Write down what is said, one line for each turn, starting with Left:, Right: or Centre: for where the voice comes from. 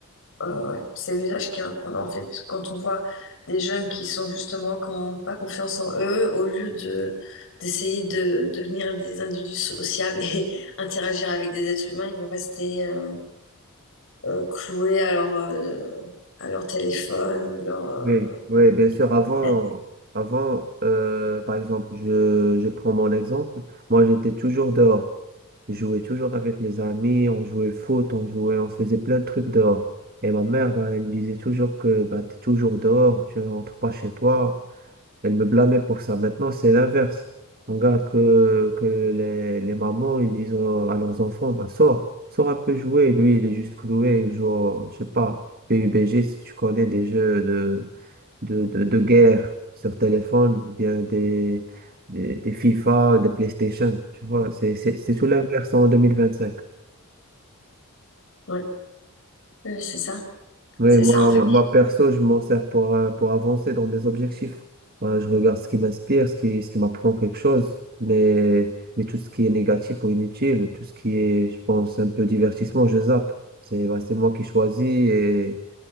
Left: euh, ouais. C'est l'usage qu'il y a- qu'on en fait. Parce que quand on voit des jeunes qui sont justement, qui n'ont pas confiance en eux, au lieu de d'essayer de devenir des individus sociables et <laughs> interagir avec des êtres humains, ils vont rester euh, euh, cloués à leur, euh, à leur téléphone ou leur. euh,
Right: Oui, oui, bien sûr. Avant,
Left: tablette.
Right: avant euh, par exemple, je, je prends mon exemple. Moi, j'étais toujours dehors. Je jouais toujours avec mes amis, on jouait le foot, on jouait, on faisait plein de trucs dehors. Et ma mère, ben, elle me disait toujours que bah, tu es toujours dehors, tu rentres pas chez toi. Elle me blâmait pour ça. Maintenant, c'est l'inverse. On regarde que, que les, les mamans, ils disent euh, à leurs enfants, bah, sors, sors un peu jouer. Lui, il est juste cloué, il joue, au- je sais pas, PUBG, si tu connais des jeux de, de, de, de guerre sur téléphone, ou bien des, des, des FIFA, des PlayStation. Tu vois, c'est, c'est, c'est tout l'inverse en 2025.
Left: Ouais, ouais, c'est ça.
Right: Oui,
Left: C'est
Right: moi,
Left: ça. En fait,
Right: moi perso, je m'en sers pour, euh, pour avancer dans mes objectifs. Euh, je regarde ce qui m'inspire, ce qui, ce qui m'apprend quelque chose, mais, mais tout ce qui est négatif ou inutile, tout ce qui est, je pense, un peu divertissement, je zappe. C'est, bah, c'est moi qui choisis et